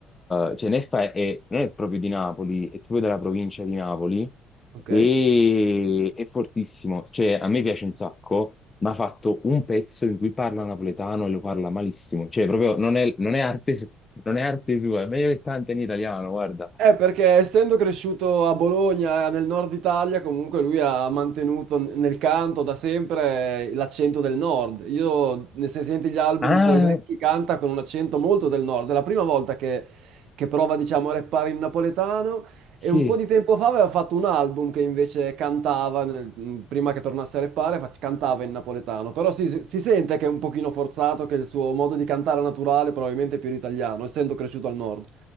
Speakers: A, on the left; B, on the right.
A: eh, cioè Neffa è- non è proprio di Napoli, è proprio della provincia di Napoli
B: Ok.
A: e è fortissimo, cioè a me piace un sacco. ma ha fatto un pezzo in cui parla napoletano e lo parla malissimo. Cioè, proprio non è, non è arte, su- non è arte sua, è meglio che canta in italiano, guarda.
B: Eh, perché essendo cresciuto a Bologna, eh, nel nord Italia, comunque lui ha mantenuto n- nel canto da sempre l'accento del nord. Io, ne- se senti gli album
A: Ah,
B: suoi vecchi, canta con un accento molto del nord. È la prima volta che, che prova, diciamo, a rappare in napoletano.
A: sì,
B: E un po' di tempo fa aveva fatto un album che invece cantava, nel- mm, prima che tornasse a rappare, fac- cantava in napoletano. Però si, si sente che è un pochino forzato, che il suo modo di cantare naturale probabilmente è più l'italiano, essendo cresciuto al nord.